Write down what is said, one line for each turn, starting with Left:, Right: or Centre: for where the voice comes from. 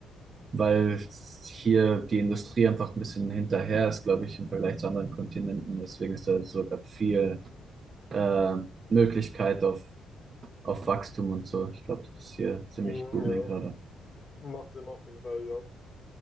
Right: weil hier die Industrie einfach ein bisschen hinterher ist, glaube ich, im Vergleich zu anderen Kontinenten. Deswegen ist da so grad viel äh, Möglichkeit auf, auf Wachstum und so. Ich glaube, das ist hier ziemlich
Left: Mhm,
Right: booming
Left: ja,
Right: gerade.
Left: macht Sinn auf jeden Fall, ja.